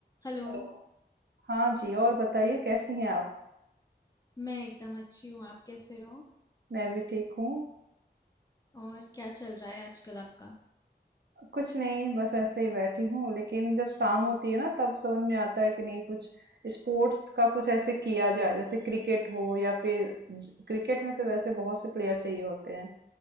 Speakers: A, on the left; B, on the right.
A: हेलो
B: Hello हाँ जी और बताइए कैसी हैं आप
A: मैं एकदम अच्छी हूँ आप कैसे हो
B: मैं भी ठीक हूँ
A: और क्या चल रहा है आजकल आपका
B: कुछ नहीं बस ऐसे ही बैठी हूँ लेकिन जब शाम होती है ना तब समझ में आता है कि नहीं कुछ स्पोर्ट्स का कुछ ऐसे किया जाए जैसे क्रिकेट हो या फिर ज- क्रिकेट में तो वैसे बहुत से प्लेयर चाहिए होते हैं